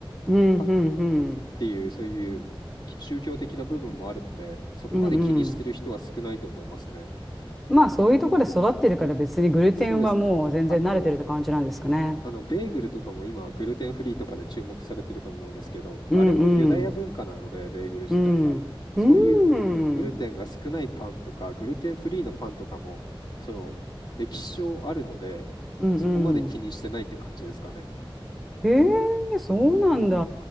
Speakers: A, in the centre; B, on the left (about 55°).
A: うんうんうん。
B: パンっていう、そういう宗教的な部分もあるので、そこまで気にしてる人は少ないと思いますね。
A: うんうん。まあそういうところで育ってるから別にグルテンはもう全然慣れてるって感じなんですかね。
B: そうですね。あと、あの、ベーグルとかも今、グルテンフリーとかで注目されてると思うんですけど、
A: うんうん。
B: あれもユダヤ文化なので、ベーグル自体が。
A: うん。
B: そういうグルテンが少ないパンとか、
A: うんうん。
B: グルテンフリーのパンとかも、その、歴史上あるので、
A: うん
B: そこまで気にしてないって感じですかね。
A: へえ、そうなんだ。